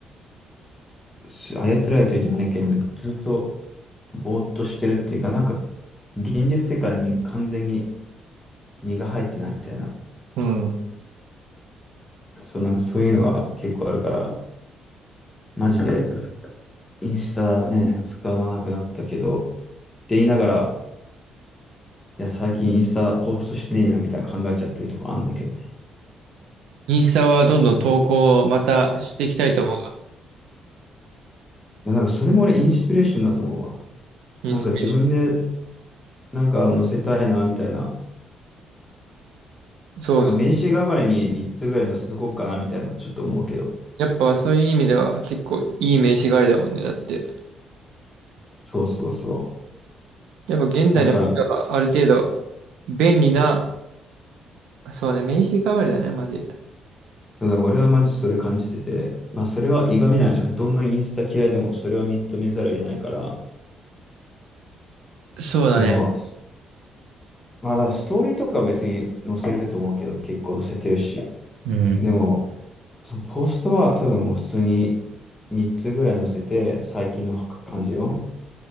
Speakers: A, on the left; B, on the right.
A: す操られてるじゃないけど、ずっとぼーっとしてるっていうか、なんか、現実世界に完全に身が入ってないみたいな。
B: うん。
A: そう、なんかそういうのが結構あるから、マジでインスタね、使わなくなったけど、って言いながら、いや、最近インスタポストしてねえなみたいな考えちゃってるとこあるんだけどね。
B: インスタはどんどん投稿をまたしていきたいと思う。
A: いやなんかそれも俺インスピレーションだと思うわ。
B: インスピレーショ
A: なんか自分でなんか載せたいなみたいな。
B: ン。そうそう。
A: なんか名刺代わりに3つぐらい載せとこうかなみたいなちょっと思うけど。
B: やっぱそういう意味では結構いい名刺代わりだもんね。だって。
A: そうそうそ
B: やっぱ現代においてはある程度
A: う。だから、
B: 便利な、そうね、名刺代わりだね、マジ。
A: そうだから俺はマジそれ感じてて、まあそれはいがみないじゃん。どんなインスタ嫌いでもそれは認めざるを得ないから、
B: そうだね。
A: その、まあだからストーリーとか別に載せると思うけど、結構載せてるし。
B: うん。
A: でも、そのポストは多分もう普通に3つぐらい載せて、最近の感じを。